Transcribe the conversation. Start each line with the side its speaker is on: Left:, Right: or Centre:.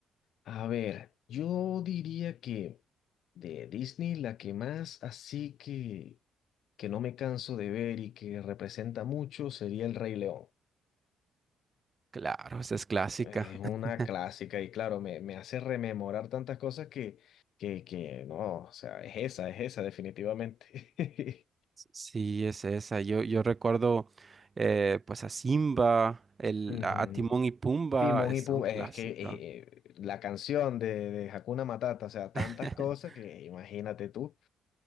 Left: A ver, yo diría que de Disney la que más así que que no me canso de ver y que representa mucho sería El Rey León.
Right: Claro, esa es clásica.
Left: Es una
Right: <laughs>
Left: clásica y claro, me, me hace rememorar tantas cosas que, que, que no, o sea, es esa, es esa definitivamente.
Right: Sí, es esa. Yo, yo recuerdo eh, pues a Simba,
Left: <laughs>
Right: el,
Left: Ujú.
Right: a a Timón y Pumba,
Left: Timón
Right: es
Left: y Pumba,
Right: un clásico.
Left: es que eh, eh, la canción de, de Hakuna Matata, o sea, tantas
Right: <laughs>
Left: cosas que imagínate tú,